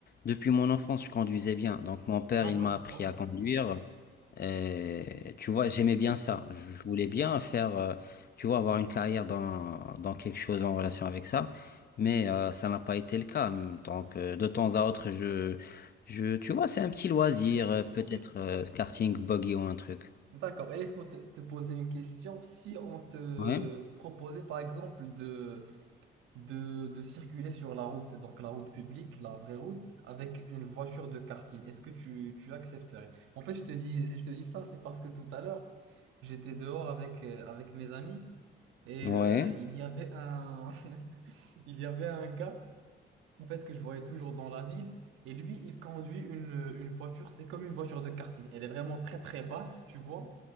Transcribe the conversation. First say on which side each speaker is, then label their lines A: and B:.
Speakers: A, on the left (about 50°); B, on the right (about 90°).
A: depuis mon enfance, je conduisais bien. Donc, mon père,
B: d'accord,
A: il m'a appris
B: ok.
A: à conduire. Euh, tu vois, j'aimais bien ça. Je je voulais bien faire, euh, tu vois, avoir une carrière dans, dans quelque chose en relation avec ça. Mais euh, ça n'a pas été le cas. Donc, euh, de temps à autre, je, je, tu vois, c'est un petit loisir,
B: Ok,
A: euh, peut-être
B: ok.
A: euh, karting, buggy ou un truc.
B: D'accord. Et est-ce pour te, te poser une question, si on te
A: Ouais,
B: proposait par exemple de, de, de circuler sur la route, donc la route publique, la vraie route, avec une voiture de karting, est-ce que tu, tu accepterais? En fait, je te dis, je te dis ça, c'est parce que tout à l'heure, j'étais dehors avec, euh, avec mes amis et
A: ouais,
B: euh, il y avait un, <laughs> il y avait un gars. en fait, que je voyais toujours dans la ville. Et lui, il conduit une, une voiture, c'est comme une voiture de karting. Elle est vraiment très très basse, tu vois.